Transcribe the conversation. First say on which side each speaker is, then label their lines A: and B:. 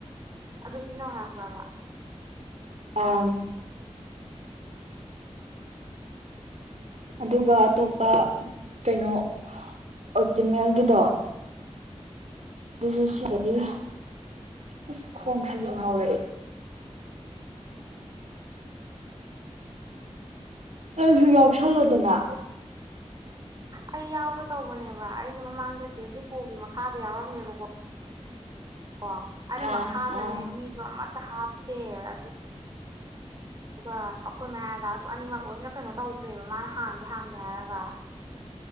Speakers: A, on the right; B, on the right.
A: ꯑꯗꯨ ꯁꯤ ꯅꯧ ꯍꯥꯏꯔꯛꯄ꯭ꯔꯕ
B: ꯑꯥ ꯑꯗꯨꯒ ꯑꯇꯣꯞꯄ ꯀꯩꯅꯣ ꯑꯣꯇꯤꯃꯦꯜꯒꯤꯗꯣ ꯑꯗꯨꯁꯨ ꯁꯤꯗꯗꯤ ꯑ ꯑꯁ ꯈꯣꯡ ꯁꯥꯖꯤꯟ ꯍꯧꯧꯔꯛꯦ ꯅꯁꯨ ꯌꯥꯎꯁꯜꯂꯣꯗꯅ
A: ꯑꯩ ꯌꯥꯎꯒꯦ ꯇꯧꯕꯅꯦꯕ ꯑꯩꯁꯦ ꯃꯃꯥꯡꯗ ꯆꯦ ꯖꯤꯀꯣꯒꯤ ꯃꯈꯥꯗ ꯌꯥꯋꯥꯔ ꯃꯌꯥꯝꯕꯀꯣ ꯑꯣ ꯑꯩ
B: ꯑꯥ
A: ꯃꯈꯥꯗꯅꯦ
B: ꯑꯥ
A: ꯃꯤꯁꯨ ꯑꯃꯠꯇ ꯍꯥꯞꯄ ꯑꯗꯨ ꯑꯗꯨꯒ ꯑꯩꯈꯣꯏ ꯃꯌꯥ ꯑꯗꯥꯔꯁꯨ ꯑꯅꯤꯃꯛ ꯂꯣꯏꯅ ꯀꯩꯅꯣ ꯇꯧꯈ꯭ꯔꯦꯕ ꯃꯥꯅ ꯍꯥꯡꯒꯦ ꯍꯥꯡꯒꯦ ꯍꯥꯏꯔꯒ